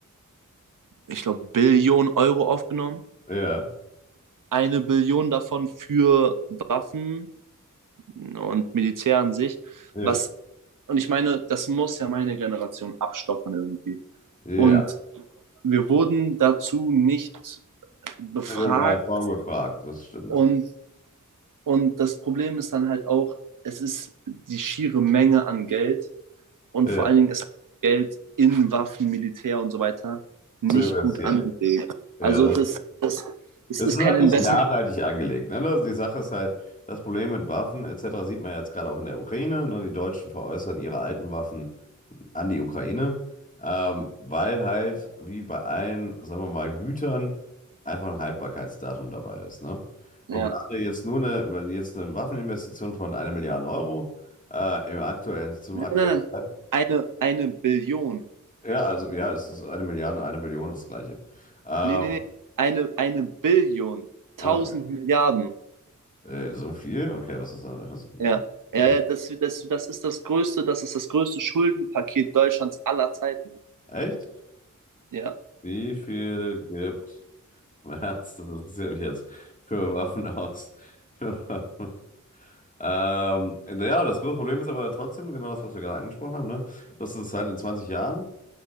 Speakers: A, on the right; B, on the left.
A: ich glaube, Billionen Euro aufgenommen.
B: Ja,
A: Eine Billion davon für Waffen und Militär an sich.
B: ja,
A: Was, und ich meine, das muss ja meine Generation abstottern irgendwie.
B: ja.
A: Und wir wurden dazu nicht befragt.
B: In irgendeiner Form gefragt, das stimmt.
A: Und, und das Problem ist dann halt auch, es ist die schiere Menge an Geld, Und
B: Ja,
A: vor allen Dingen ist Geld in Waffen, Militär und so weiter nicht
B: zu investieren.
A: gut angelegt.
B: Ja,
A: Also
B: das
A: das, das, das
B: Es
A: ist
B: ist nur
A: kein
B: halt
A: Investment.
B: nicht nachhaltig angelegt. Ne? Das, die Sache ist halt, das Problem mit Waffen etc. sieht man ja jetzt gerade auch in der Ukraine. Ne? Die Deutschen veräußern ihre alten Waffen an die Ukraine, ähm, weil halt, wie bei allen, sagen wir mal, Gütern, einfach ein Haltbarkeitsdatum dabei ist. Ne?
A: Ja.
B: Und gerade jetzt nur eine, weil jetzt eine Waffeninvestition von einer Milliarde Euro äh, im aktuellen, zum
A: Nein,
B: aktuellen
A: nein, nein.
B: Zeitpunkt.
A: Eine, eine Billion.
B: Ja, also ja, es ist eine Milliarde und eine Billion ist das Gleiche. Ähm,
A: Nee, nee, nee. Eine, eine Billion. Tausend
B: okay.
A: Milliarden.
B: Äh, so viel? Okay, das ist dann. Das,
A: Ja.
B: das
A: Ja,
B: wird
A: ja, das, das, das ist das größte, das ist das größte Schuldenpaket Deutschlands aller Zeiten.
B: Echt?
A: Ja.
B: Wie viel gibt März, <laughs> das interessiert mich jetzt, für Waffen aus? <laughs> Für Waffen. Ähm, ja, das große Problem ist aber trotzdem genau das, was wir gerade angesprochen haben, ne? Das ist halt in 20 Jahren.